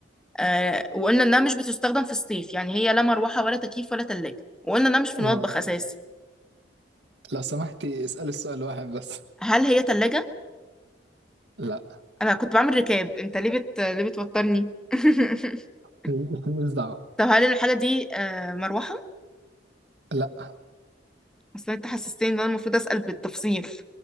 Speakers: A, in the centre; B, on the right.
A: آه... وقلنا إنها مش بتستخدم في الصيف يعني هي لا مروحة ولا تكييف ولا تلاجة وقلنا إنها مش في المطبخ
B: لا
A: أساسا
B: لو سمحتي اسألي السؤال واحد بس
A: هل هي تلاجة؟
B: لا
A: أنا كنت بعمل ركاب أنت ليه بت... ليه بتوترني؟ <laughs>
B: <laughs> مش دعوة
A: طب هل الحاجة دي آه... مروحة؟
B: لا
A: اصل انت حسستني ان انا المفروض اسال بالتفصيل